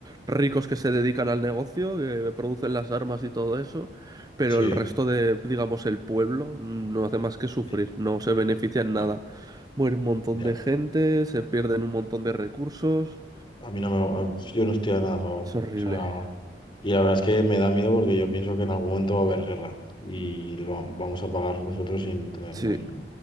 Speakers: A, on the right; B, on the left.
A: ricos que se dedican al negocio, que producen las armas y todo eso, pero
B: sí,
A: el resto de, digamos, el pueblo no hace más que sufrir,
B: sí,
A: no se beneficia en nada.
B: ya,
A: Muere un montón
B: ya.
A: de gente, se pierden un montón de recursos.
B: A mí no me, a- yo no estoy a nada a favor.
A: Es
B: O
A: horrible.
B: sea, y la verdad es que me da miedo porque yo pienso que en algún momento va a haber guerra y lo va- vamos a pagar nosotros sin tener
A: Sí,
B: nada. y-